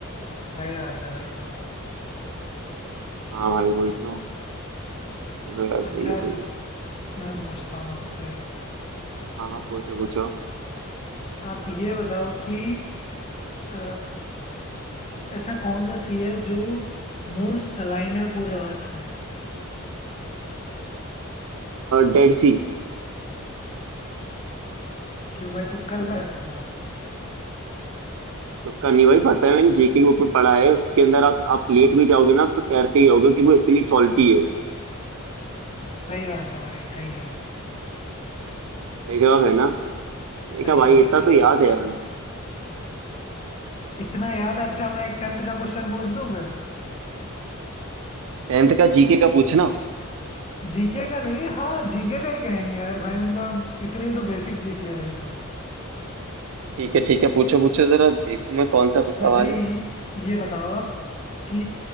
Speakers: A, on the left (about 30°); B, on the right (about 65°).
A: सही बात है भाई
B: हाँ भाई वही तो चलो यार
A: अच्छा
B: सही है
A: मैं
B: सही है
A: मैं पूछता हूँ आपसे
B: हाँ हाँ पूछो पूछो
A: आप ये बताओ कि अ, ऐसा कौन सा सी है जो मोस्ट सलाइन है पूरे अर्थ में
B: डेड सी
A: क्यों भाई तुक्का लग रहा होगा
B: तुक्का नहीं भाई पता है मैंने जीके की बुक में पढ़ा है उसके अंदर आप आप लेट भी जाओगे ना तो तैर के गिरोगे कि वो इतनी सॉल्टी है
A: सही बात है भाई सही है
B: सही जवाब है ना देखा
A: सही
B: भाई
A: है भाई
B: इतना
A: सही
B: तो
A: है
B: याद है यार मुझे
A: इतना याद है अच्छा मैं एक टेंथ का क्वेश्चन पूछ दूं फिर
B: टेंथ का जीके का पूछना
A: जीके का नहीं हाँ जीके का ही कहेंगे यार भाई मतलब इतनी तो बेसिक जीके है ये तो
B: ठीक है ठीक है पूछो पूछो जरा देखूं मैं कौन सा सवाल
A: अच्छा ये
B: है
A: ये बताओ आप कि